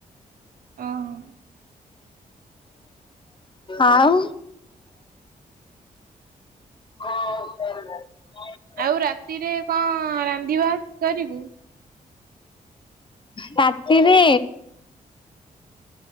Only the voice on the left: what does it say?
ଆଉ <unintelligible>
ରାତିରେ